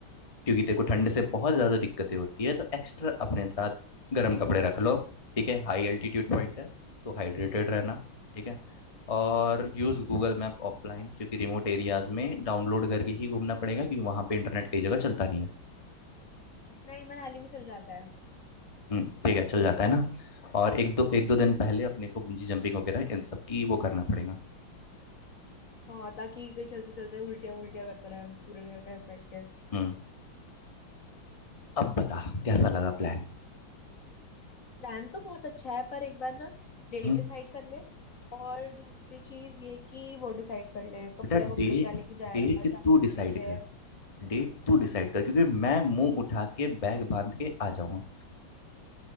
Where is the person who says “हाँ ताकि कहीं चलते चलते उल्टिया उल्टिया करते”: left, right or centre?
Left